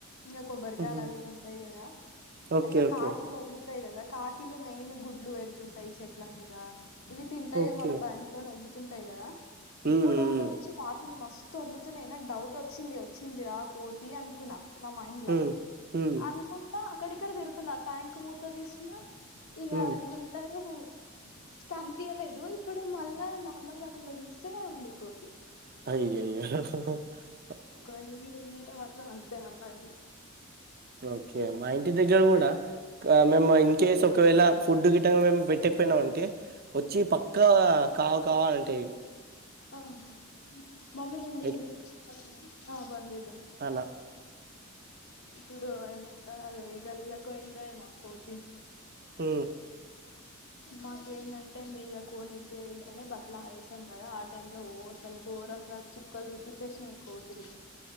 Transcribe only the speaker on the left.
ఇంకా కొబ్బరికాయలు
అవి ఇవి ఉంటాయి కదా
అయ్యో
కాకిలు వస్తాయి కదా కాకిలు మెయిన్ గుడ్లు పెడుతుంటాయి చెట్ల మీద ఇవి తింటాయేమొ
అనే భయంతోని వద్దు ఉంటాయి కదా ఇప్పుడు
దాకా
నుంచి కాకి న్ని మస్తు ఒర్రుతున్నాయి నాకు డౌటు వచ్చింది వచ్చిందిరా కోతి అనుకున్నా నా మైండ్ల
అనుకుంటా అక్కడ ఇక్కడ తిరుగుతున్న ట్యాంక్ మూత తీసిన ఈగా
ఏమంటారు హు కనిపియ్యలేదు ఇప్పుడు మల్ల నార్మల్గా అక్కడ చూస్తే ఉంది కోతి
ఒక వెయ్యి ఉన్న అంటే మాత్రం అంతే నాపని
ఆహా మమ్మీ నిండింది
ఆ బంజేద్దాం
ఇప్పుడు ఏమంటారు అది ఏ గల్లీలకు పోయిందో ఏమో కోతి
మాకేందంటే మీద కోనీకే ఇట్లనే బట్టలు ఆరేసాం కదా ఆ టైమ్ లో ఓ అసలు ఘోరంగా చుక్కలు చూపించేసినయ్ కోతులు